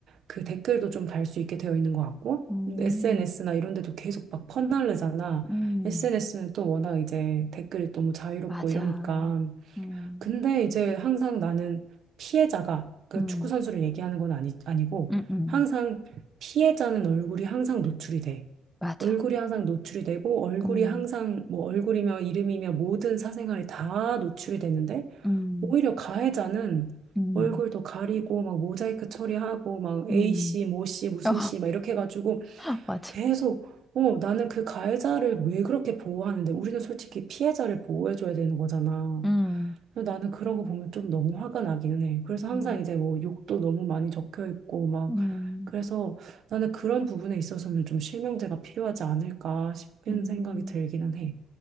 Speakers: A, on the right; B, in the centre.
A: 그 댓글도 좀 달 수 있게 되어 있는 것 같고,
B: 음,
A: SNS나 이런 데도 계속 막 퍼날르잖아.
B: 음,
A: SNS는 또 워낙 이제 댓글이 너무 자유롭고
B: 맞아.
A: 이러니까.
B: 음,
A: 근데 이제 항상 나는 피해자가, 그
B: 음,
A: 축구 선수를 얘기하는 건 아니, 아니고,
B: 음, 음,
A: 항상 피해자는 얼굴이 항상 노출이 돼.
B: 맞아.
A: 얼굴이 항상 노출이 되고 얼굴이
B: 음,
A: 항상 뭐 얼굴이며 이름이며 모든 사생활이 다 노출이 되는데
B: 음,
A: 오히려 가해자는
B: 음,
A: 얼굴도 가리고 막 모자이크 처리하고 막
B: 음,
A: A 씨, 모 씨, 무슨
B: 어,
A: 씨 막 이렇게 해가지고
B: <laughs> 맞아.
A: 계속 어 나는 그 가해자를 왜 그렇게 보호하는데 우리는 솔직히 피해자를 보호해줘야 되는 거잖아.
B: 음,
A: 그래서 나는 그런 거 보면 좀 너무 화가 나기는 해. 그래서 항상
B: 음,
A: 이제 뭐 욕도 너무 많이 적혀 있고 막
B: 음,
A: 그래서 나는 그런 부분에 있어서는 좀 실명제가 필요하지 않을까 싶은
B: 음.
A: 생각이 들기는 해.